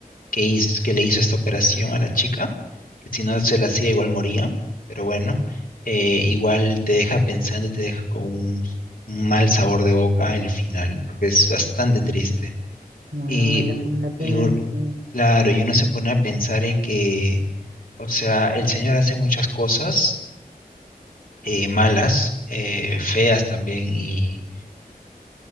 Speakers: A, on the left; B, on the right.
A: que hiz- que le hizo esta operación a la chica, que si no se la hacía igual moría, pero bueno, eh, igual te deja pensando y te deja con un, un mal sabor de boca el final, porque es bastante triste.
B: Bueno,
A: Y,
B: me la voy a tener
A: y u-
B: que ver.
A: claro, y uno se pone a pensar en que, o sea, el señor hace muchas cosas eh, malas, eh, feas también, y,